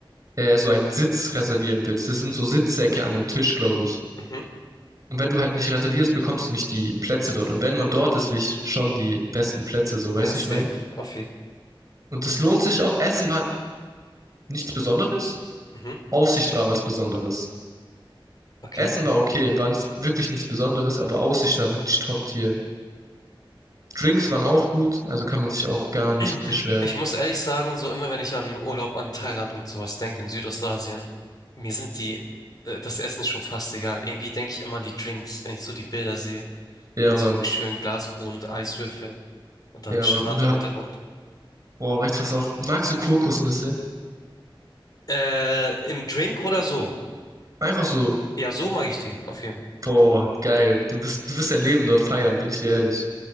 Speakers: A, on the right; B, on the left.
A: äh, so einen Sitz reservieren willst. Das sind so Sitzsäcke an einem Tisch, glaube ich.
B: mhm.
A: Und wenn du halt nicht reservierst, bekommst du nicht die Plätze dort. Und wenn man dort ist, will ich schon die besten Plätze, so weißt
B: Ja,
A: du,
B: safe,
A: ich mein.
B: auf jeden.
A: Und das lohnt sich auch. Essen war nichts Besonderes.
B: Mhm.
A: Aussicht war was Besonderes.
B: Okay.
A: Essen war okay, war nicht, wirklich nichts Besonderes, aber Aussicht war wirklich Top-Tier. Drinks waren auch gut, also kann man sich auch gar nicht
B: <clears throat>
A: beschweren.
B: Ich muss ehrlich sagen, so immer wenn ich an Urlaub an Thailand und sowas denke, in Südostasien, mir sind die, äh, das Essen schon fast egal. Irgendwie denke ich immer an die Drinks, wenn ich so die Bilder sehe,
A: Ja,
B: in
A: Mann.
B: so einem schönen Glasbund, Eiswürfel und dann
A: Ja,
B: Strand
A: Mann. Oder,
B: im Hintergrund.
A: boah, weißt du was auch? Magst du Kokosnüsse?
B: Äh, im Drink oder so?
A: Einfach so.
B: Ja, so mag ich die, auf jeden. Fall.
A: Boah, geil. Du wirst, du wirst dein Leben dort feiern, bin ich dir ehrlich.